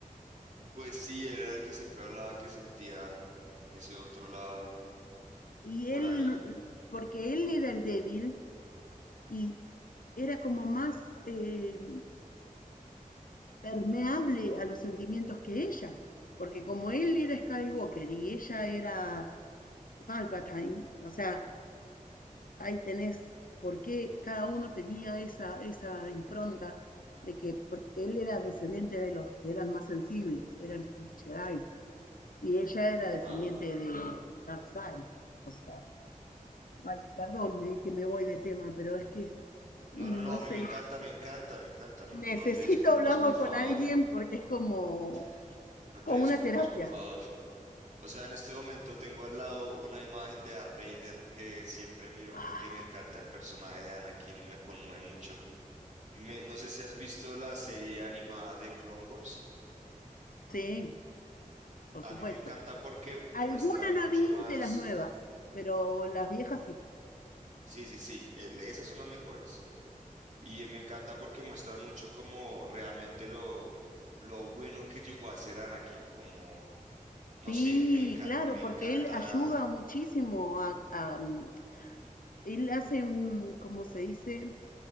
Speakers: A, on the right; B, on the left.
A: Pues sí, era el que siempre hablaba que sentía ese otro lado
B: y
A: por
B: él,
A: ahí.
B: porque él era el débil y era como más eh, permeable a los sentimientos que ella, porque como él era Skywalker y ella era Palpatine, o sea, ahí tenés por qué cada uno tenía esa, esa impronta de que él era descendiente de los que eran más sensibles, eran Jedi, y ella era
A: Ajá.
B: descendiente de Darkseid. O sea, ay, perdón eh, que me voy de tema, pero es que, mm,
A: No, no, no,
B: no
A: a
B: sé,
A: mí me encanta, me encanta, me encanta. No,
B: necesito
A: no te disculpes,
B: hablarlo
A: por favor.
B: con alguien porque es como,
A: <laughs> No te
B: como
A: disculpes,
B: una terapia.
A: por favor. O sea, en este momento tengo al lado una imagen de Darth Vader que siempre miro
B: Ah,
A: porque me encanta el personaje de Anakin, me conmueve mucho. Me- no sé si has visto la serie animada de Clone Wars.
B: sí, por
A: A
B: supuesto.
A: mí me encanta porque
B: Alguna
A: muestran mucho
B: no vi
A: más.
B: de las nuevas, pero las viejas sí.
A: Sí, sí, sí, eh, esas son las mejores. Y me encanta porque muestran mucho como realmente lo, lo bueno que llegó a ser Anakin, como, no
B: Sí,
A: sé, me enca-
B: claro,
A: me
B: porque
A: encanta
B: él ayuda muchísimo a, a, mm, él hace, mm, ¿cómo se dice?